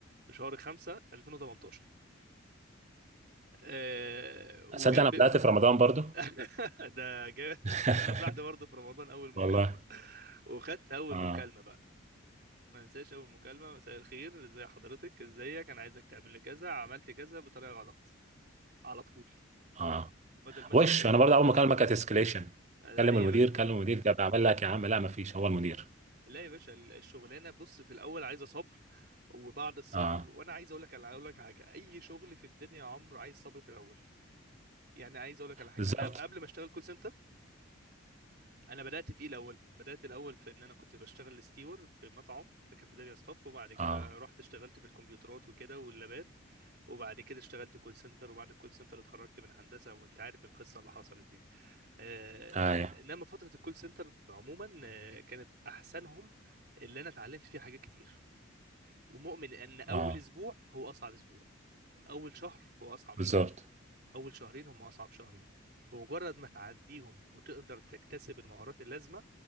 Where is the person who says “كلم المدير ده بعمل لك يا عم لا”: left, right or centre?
Right